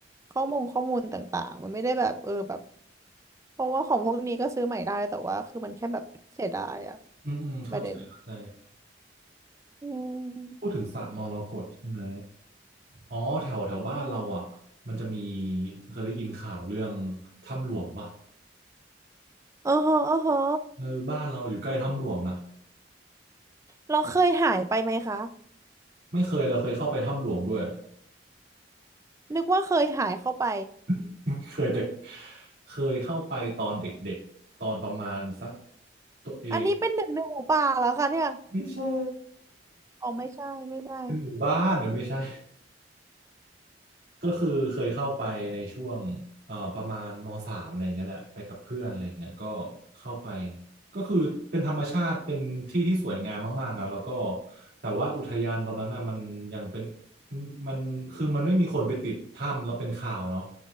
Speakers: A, on the right; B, on the right.
A: ข้อมูลข้อมูลต่างๆมันไม่ได้แบบเออแบบเพราะว่าของพวกนี้ก็ซื้อใหม่ได้แต่ว่าคือมันแค่แบบเสียดายอะ
B: อืมอืมเข้าใจเข้าใจ
A: ประเด็นอืม
B: พูดถึงสระมรกตใช่ไหมอ๋อแถวแถวบ้านเราอ่ะมันจะมีเคยได้ยินข่าวเรื่องถ้ำหลวงปะ
A: อ๋อฮะอ๋อฮะ
B: เออบ้านเราอยู่ใกล้ถ้ำหลวงนะ
A: เราเคยหายไปไหมคะ
B: ไม่เคยเราเคยเข้าไปถ้ำหลวงด้วย
A: นึกว่าเคยหายเข้าไป
B: <laughs> เคยแต่เคยเข้าไปตอนเด็กๆตอนประมาณสักตัวเอง
A: อันนี้เป็นหนึ่งในหมูป่าแล้วค่ะเนี่ย
B: ไม่ใช่
A: อ๋อไม่ใช่ไม่ได้
B: เป็นหมู่บ้านเหรอไม่ใช่ ก็คือเคยเข้าไปในช่วงเอ่อประมาณมสามอะไรอย่างเงี้ยแหละไปกับเพื่อนอะไรอย่างเงี้ยก็เข้าไปก็คือเป็นธรรมชาติเป็นที่ที่สวยงามมากๆนะแล้วก็แต่ว่าอุทยานตอนนั้นน่ะมันยังเป็นมันคือมันไม่มีคนไปติดถ้ำแล้วเป็นข่าวเนาะ